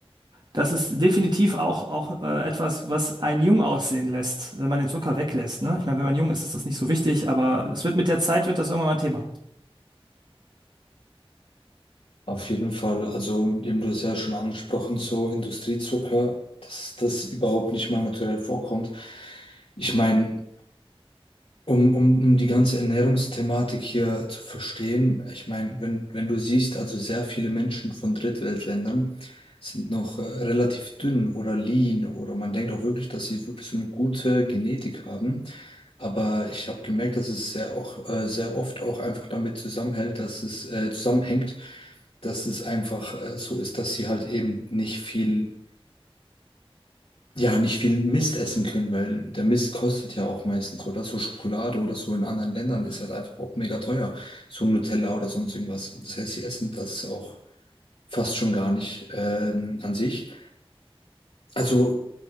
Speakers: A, on the right; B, on the left.
A: das ist definitiv auch, auch äh, etwas, was einen jung aussehen lässt, wenn man den Zucker weglässt. Ne? Ich meine, wenn man jung ist, ist das nicht so wichtig, aber es wird mit der Zeit wird das irgendwann mal ein Thema.
B: Auf jeden Fall, also eben du hast ja schon angesprochen, so Industriezucker, dass das überhaupt nicht mal naturell vorkommt. Ich meine, um, um, um die ganze Ernährungsthematik hier zu verstehen, ich meine, wenn, wenn du siehst, also sehr viele Menschen von Drittweltländern sind noch äh, relativ dünn oder lean oder man denkt auch wirklich, dass sie wirklich so eine gute Genetik haben. Aber ich habe gemerkt, dass es sehr, auch, äh, sehr oft auch einfach damit zusammenhält, dass es äh, zusammenhängt, dass es einfach äh, so ist, dass sie halt eben nicht viel ja nicht viel Mist essen können, weil der Mist kostet ja auch meistens, oder? So Schokolade oder so in anderen Ländern ist halt einfach auch mega teuer. So Nutella oder sonst irgendwas. Das heißt, sie essen das auch fast schon gar nicht ähm, an sich. Also